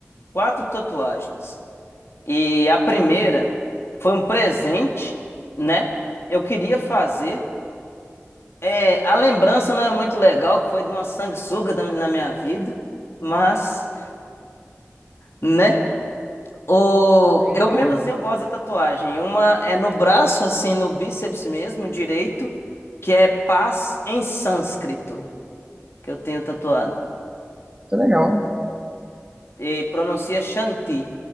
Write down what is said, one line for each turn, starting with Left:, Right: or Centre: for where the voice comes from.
Left: quatro tatuagens. E a primeira foi um presente, né? Eu queria fazer. É, a lembrança não é muito legal, que foi de uma sanguessuga da- na minha vida, mas, né? O...
Right: Eu
Left: Eu
Right: entendo.
Left: mesmo assim eu gosto da tatuagem. Uma é no braço, assim, no bíceps mesmo, direito, que é paz em sânscrito, que eu tenho tatuado.
Right: Tá legal.
Left: E pronuncia Shanti.